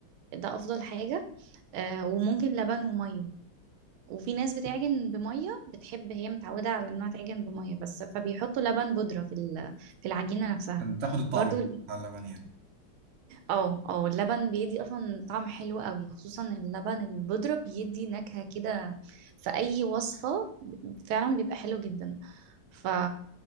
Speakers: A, on the right; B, on the right.
A: ده أفضل حاجة آه وممكن لبن ومية وفي ناس بتعجن بمية بتحب هي متعودة على إنها تعجن بمية بس فبيحطوا لبن بودرة في ال... في العجينة نفسها
B: عشان تاخد الطعم
A: برضو
B: بتاع
A: ال-
B: اللبن يعني
A: اه اه اللبن بيدي أصلا طعم حلو قوي خصوصا اللبن البودرة بيدي نكهة كده في أي وصفة فعلا بيبقى حلو جدا ف